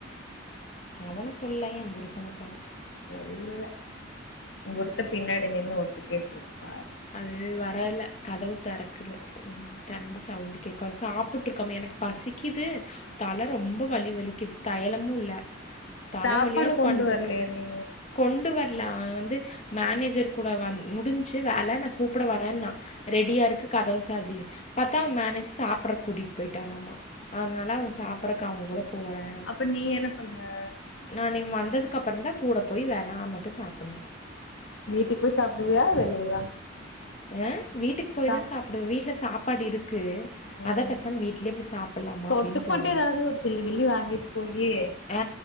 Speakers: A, on the left; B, on the left.
A: அவன சொல்ல எம் புருஷன சொன்னே
B: சொல்லுவெ உம் புருச பின்னாடி நின்னு ஒட்டு கேட்ருப்பார்
A: அது வரல கதவு தெறக்கல தெறந்த சவுண்டு கேக்கு அது சாப்புட்ருக்காமா எனக்கு பசிக்கிது தல ரொம்ப வலி வலிக்கிது தயலமு இல்ல தலவலியோட
B: சாப்பாடு
A: உக்கான்ட்ருக்கே
B: கொண்டு வரலையா நீ
A: கொண்டு வ ட்லா வந்து மேனேஜர் கூட வந் முடுன்ச்சு வேல நா கூப்புட வரேன்னா ரெடியா இருக்கு கதவு சாத்தி பத்தா மேனேஜர் சாப்புர கூட்டிட் போய்டாரமா அனால ‌அவுங்க சாப்புரக் அவுங்க கூட போறே
B: அப்ப நீ என்ன பண்ணுவ
A: நா நீங் வந்ததுக்கப்றந் தா கூட போய் வே நா மட்டு சாப்புண்ணு
B: வீட்டுக்கு போய் சாப்டுவியா வெளியவா
A: ஆ வீட்டுக்கு போய்தா
B: சா
A: சாப்டுவெ வீட்ல சாப்பாடு இருக்கு அத
B: ம்
A: பெசாம வீட்லயே போய் சாப்புல்லாமா
B: தொட்டுக்கு
A: அப்டின் தோணுது
B: மட்டு ஏதாவது ஒரு சில்லு கில்லி வாங்கிட்டு போயி
A: ஆ